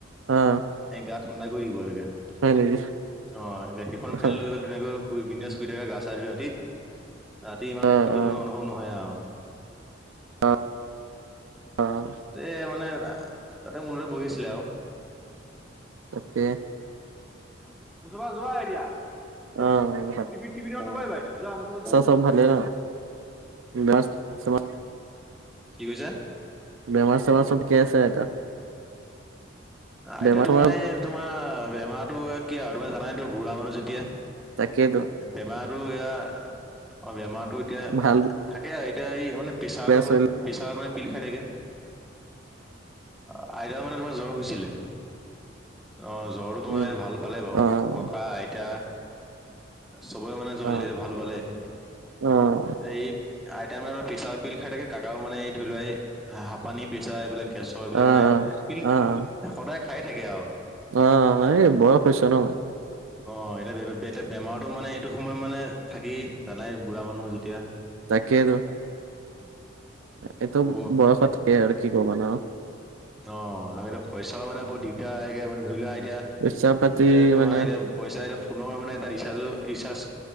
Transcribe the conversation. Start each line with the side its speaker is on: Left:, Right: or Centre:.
Right: অ',
Centre: এই গা ঠাণ্ডা কৰি দিব এগে।
Right: হয় নেকি?
Centre: অ <unintelligible> সেইখন
Right: অ',
Centre: ফেন লৈ গল ধুনীয়াকৈ শুই বিন্ধাছ শুই থাকা গা চা ধুই ৰাতি, ৰাতি ইমানটো
Right: অ', অ',
Centre: তোমাৰ অনুভৱ নহয় আৰু।
Right: অঁ, অঁ।
Centre: তাতে মানে আ তাতে মোৰলে বহিছিলে আৰু।
Right: তাকে।
Centre: মূচফা যোৱা এতিয়া, এই
Right: অ',
Centre: টিভি টিভিটো অন নকৰিবা এতিয়া যোৱা মুচফা যোৱা।
Right: সব ভালে ন <unintelligible>
Centre: কি কৈছা?
Right: বেমাৰ - চেমাৰ চব কে আছে আইতা?
Centre: আইতা
Right: বেমাৰ
Centre: তোমাৰ
Right: চেমাৰ
Centre: এই তোমাৰ বেমাৰতো কি আৰু তোমাৰ জানাতো বুঢ়া মানুহ যেতিয়া।
Right: তাকেতো।
Centre: এ বেমাৰটো এয়া, অ বেমাৰতো এতিয়া
Right: ভাল
Centre: থাকে আৰু এতিয়া এই মানে পিছাৰটো
Right: বেয়া
Centre: হয়,
Right: চলি
Centre: পিছাৰৰ মানে পিল খাই থাকে। অ, আইতা মানে তোমাৰ জ্বৰ হৈছিলে। অ, জ্বৰটো তোমাৰ
Right: উম,
Centre: এ ভাল পালে বাৰু,
Right: অ',
Centre: ককা আইতা। চবৰে মানে
Right: অ',
Centre: ভাল পালে, এ
Right: অ',
Centre: এই আইতাই মানে পিছাৰৰ পিল খাই থাকে, কাকাও মানে এই ধৰি লোৱা এ, হাঁপানি পিছাৰ এইবিলাকে গেচৰ এইবিলাক
Right: অ',
Centre: মানে, পিল,
Right: অ', অ',
Centre: এ সদায় খাই থাকে আৰু।
Right: অ, এই বয়স হৈছে ন।
Centre: অ, এতিয়া- এতিয়া বেমাৰটো মানে এইটো সময়ত মানে থাকেই জানাই বুঢ়া মানুহ যেতিয়া।
Right: তাকেতো, এইটো
Centre: অ
Right: বয়সত থাকে আৰু কি কবা ন।
Centre: অ, আৰু এতিয়া পইচাও মানে বহুত দিগদাৰে মানে ধৰি লোৱা এতিয়া,
Right: পইচা পাতি
Centre: এতিয়া তোমাৰ
Right: মানে
Centre: এতিয়া পইচা এতিয়া ফোনৰ মানে এটা ৰিচাৰ্জৰ ৰিচাৰ্জ,